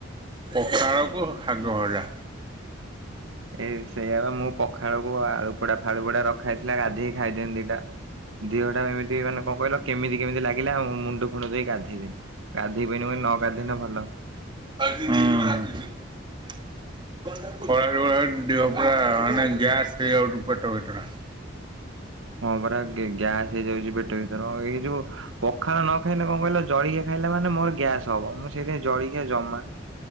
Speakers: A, on the right (about 25°); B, on the right (about 80°).
A: ପଖାଳ କୁ ସାଗ ଭଜା।
B: ଏଇ ସେଇଆ ବା ମୁଁ ପଖାଳକୁ ଆଳୁପୋଡା ଫାଳୁ ପୋଡା ରଖା ହେଇଥିଲା, ଗାଧେଇ ଖାଇ ଦିଅନ୍ତି ଦିଟା। ଦେହଟା ଏମିତି ମାନେ କଣ କହିଲ କେମତି କେମତି ଲାଗିଲା ମୁଣ୍ଡ ମୁଣ୍ଡ ଦେଇ ଗାଧେଇଲି। ଗାଧେଇ ପଇଲି ନ ଗାଧୋଇଲେ ଭଲ
A: ହଁ। ଖରା ଯୋଉ ଭାଲିଆ ହୋଉଛି ଦେହ ପୁରା ଗ୍ୟାସ୍ ହେଇ ଯାଉଛି ପେଟ ଭିତରେ।
B: ହଁ ପରା ଗ୍ୟାସ୍ ହେଇଯାଉଛି ପେଟ ଭିତର ଏଇ ଯୋଉ ପଖାଳ ନ ଖାଇଲେ କଣ କହିଲ ଜଳିଖିଆ ଖାଇଲେ ମାନେ ମୋର ଗ୍ୟାସ୍ ହବ। ମୁଁ ସେଇଥି ଜଳିଖିଆ ଜମା।